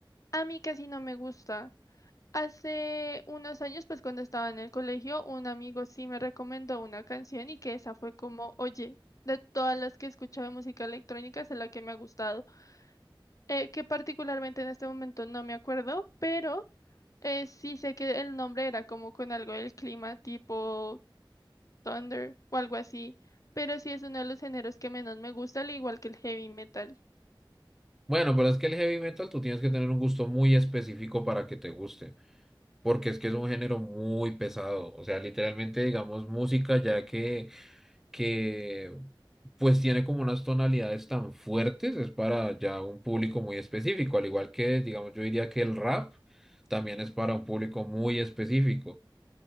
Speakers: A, on the left; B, in the centre.
A: a mí casi no me gusta. Hace unos años, pues cuando estaba en el colegio, un amigo sí me recomendó una canción y que esa fue como, oye, de todas las que he escuchado de música electrónica, esa es la que me ha gustado. Eh, que particularmente en este momento no me acuerdo, pero eh, sí sé que el nombre era como con algo del clima, tipo Thunder o algo así. Pero sí es uno de los géneros que menos me gusta, al igual que el heavy metal.
B: Bueno, pero es que el heavy metal tú tienes que tener un gusto muy específico para que te guste. porque es que es un género muy pesado, o sea, literalmente digamos música ya que, que pues tiene como unas tonalidades tan fuertes, es para ya un público muy específico, al igual que digamos yo diría que el rap también es para un público muy específico,